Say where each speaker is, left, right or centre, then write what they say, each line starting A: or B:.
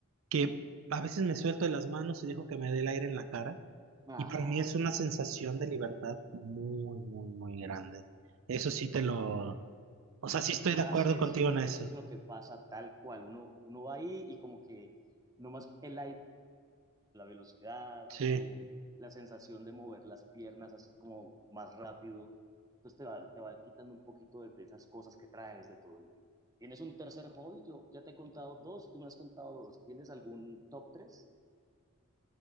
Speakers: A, on the right; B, on the right.
A: que a veces me suelto de las manos y dejo que me dé el aire en la cara.
B: Ajá.
A: Y para mí es una sensación de libertad muy, muy, muy grande. Eso sí te lo, o sea, sí
B: Es
A: estoy
B: que
A: de acuerdo
B: así es,
A: contigo en
B: eso
A: eso.
B: es lo que pasa tal cual. Uno, uno va ahí y como que nomás el aire, la velocidad,
A: Sí.
B: eh, la sensación de mover las piernas así como más rápido. Entonces te va, te va quitando un poquito de esas cosas que traes de todo el día. ¿Tienes un tercer hobby? Yo ya te he contado dos, tú me has contado dos. ¿Tienes algún top tres?